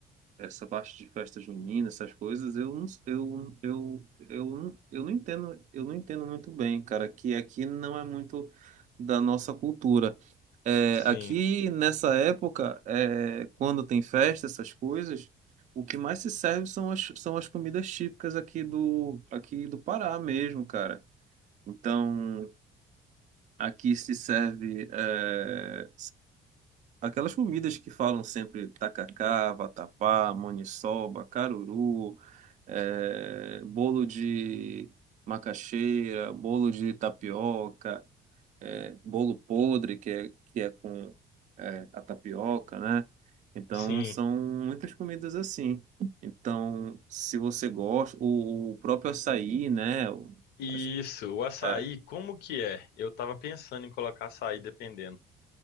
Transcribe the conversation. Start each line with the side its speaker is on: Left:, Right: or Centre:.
Right: essa parte de festa junina, essas coisas, eu não, eu, eu, eu, não- eu não entendo, eu não entendo muito bem, cara, que aqui não é muito da nossa cultura. É,
Left: Sim,
Right: aqui nessa época, é, quando tem festa, essas coisas, o que mais se serve são as, são as comidas típicas aqui do aqui do Pará mesmo, cara. Então, aqui se serve é, Aquelas comidas que falam sempre tacacá, vatapá, maniçoba, caruru, eh, bolo de macaxeira, bolo de tapioca, eh, bolo podre, que é, que é com eh, a tapioca, né? Então,
Left: sim.
Right: são muitas comidas assim. Então, se você gosta, o, o próprio açaí, né? O-
Left: Isso,
Right: as-
Left: o açaí,
Right: é,
Left: como que é? Eu tava pensando em colocar açaí dependendo.